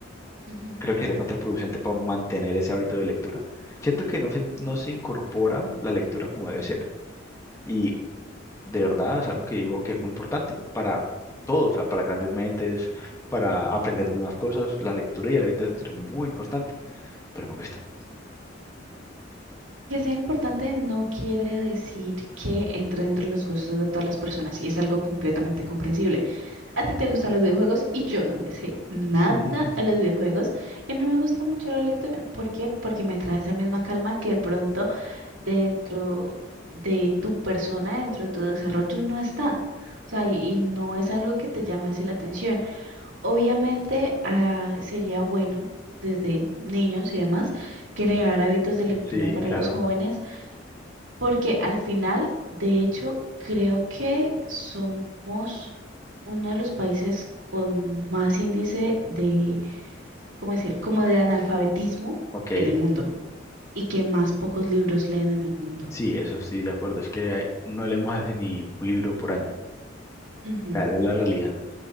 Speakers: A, on the right; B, on the left.
A: ujú.
B: Creo que sería contraproducente para mantener ese hábito de lectura. Siento que no se, no se incorpora la lectura como debe ser. Y de verdad es algo que digo que es muy importante para todos, o sea, para grandes mentes, para aprender nuevas cosas. La lectura y el hábito de lectura es muy importante, pero me cuesta.
A: Que sea importante no quiere decir que entre dentro de los gustos de todas las personas y es algo completamente comprensible. A ti te gustan los videojuegos y yo no le sé nada
B: <laughs>
A: a los videojuegos. Y a mí me gusta mucho la lectura. ¿Por qué? Porque me trae esa misma calma que de pronto dentro de tu persona, dentro de tu desarrollo, no está. O sea, y, y no es algo que te llame así la atención. Obviamente, ah, sería bueno desde niños y demás crear hábitos de lectura
B: Sí,
A: para
B: claro.
A: los jóvenes porque al final, de hecho, creo que somos uno de los países con más índice de, ¿cómo decir? Como de analfabetismo
B: Ok.
A: en el mundo y que más pocos libros leen en el mundo.
B: Sí, eso estoy de acuerdo. Es que eh, no leemos hace ni un libro por año. O
A: Ujú,
B: sea, es la realidad.